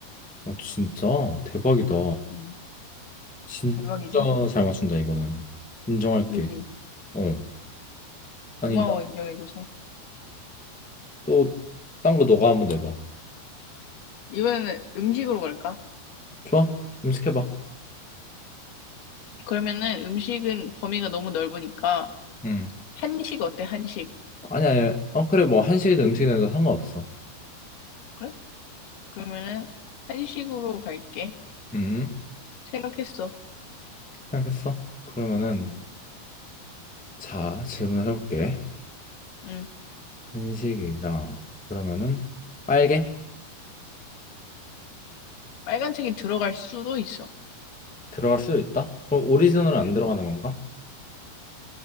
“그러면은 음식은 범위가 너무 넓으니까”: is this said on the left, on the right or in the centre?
Left